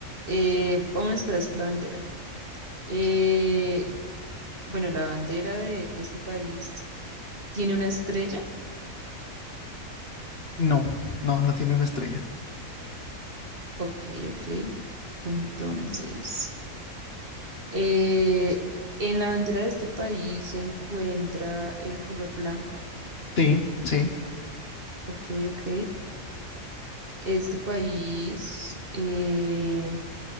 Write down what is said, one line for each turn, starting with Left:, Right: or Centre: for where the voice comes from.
Right: eh, vámonos otra vez por la bandera. Eh, bueno, la bandera de este país ¿Tiene una estrella?
Left: No, no, no tiene una estrella.
Right: Ok, ok. Entonces, eh, en la bandera de este país se encuentra el color blanco.
Left: Sí, sí,
Right: Ok, ok. Este país, eh,